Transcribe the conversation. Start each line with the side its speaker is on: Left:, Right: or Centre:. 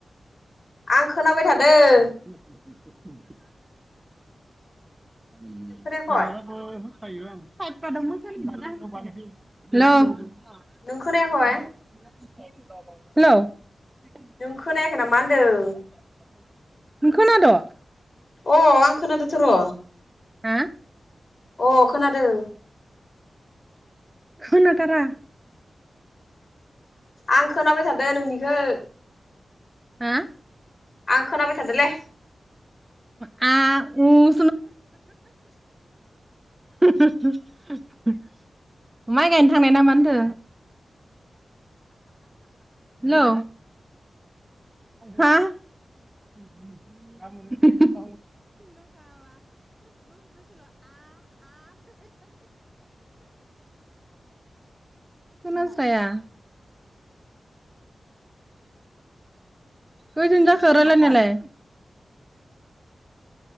Left: आं खोनाबाय थादों
Right: <inaudible> <inaudible> <inaudible>
Left: नों खोनायाखय
Right: हेल' हेल'
Left: नों खोनायाखय
Right: नों
Left: खोनायाखै नामा होनदों
Right: खोनाद'
Left: अ आं खोनादोंथ' र'।
Right: हा।
Left: अ खोनादों।
Right: खोनाथारा।
Left: आं खोनाबाय थादों नोंनिखो।
Right: हा।
Left: आं खोनाबाय थादोलै।
Right: आ उ। माइ गायनो थांनाय नामा होनदों। हेल' हा। <inaudible> <unintelligible> खोनाखाया। खयदिन जाखो रायलायनायालाय।